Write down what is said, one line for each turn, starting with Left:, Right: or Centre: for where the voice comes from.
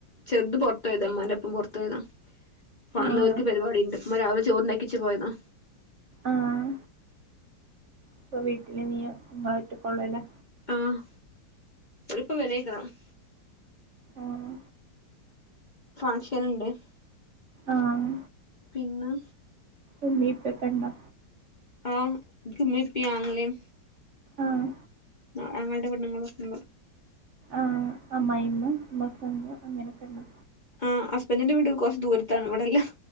Left: ചെറുത് പൊറത്തോയതാ ഉമ്മാൻ്റൊപ്പം പൊറത്തോയതാ ഫ അന്നിവർക്ക്
Right: ആഹ്
Left: പരിപാടി ഇണ്ട് ഉമ്മ രാവി ചോറ്ണ്ടാക്കി വെച്ച് പോയതാ
Right: ആഹ് ഇപ്പൊ വീട്ടില് നീയ് നിങ്ങളൊറ്റക്കൊള്ളൂല്ലേ
Left: ആഹ് ഓരിപ്പ <unintelligible>
Right: ആഹ്
Left: ഫങ്ഷന്ണ്ട് ആഹ്
Right: ആഹ്
Left: പിന്ന
Right: ഉമ്മീ ഉപ്പായൊക്കെണ്ടാ
Left: ആഹ് ഇനിക്കു ഉമ്മേം ഉപ്പേം ആങ്ങളേം
Right: ആഹ്
Left: ആഹ് ആങ്ങളെൻ്റ പെണ്ണുങ്ങളും <unintelligible>
Right: ആഹ് അമ്മായിമ്മ <unintelligible> അങ്ങനൊക്കെണ്ടാ
Left: ആഹ് ഹസ്ബൻഡിൻ്റ വീട് കൊറച്ച് ദൂരത്താണ് ഇവടല്ല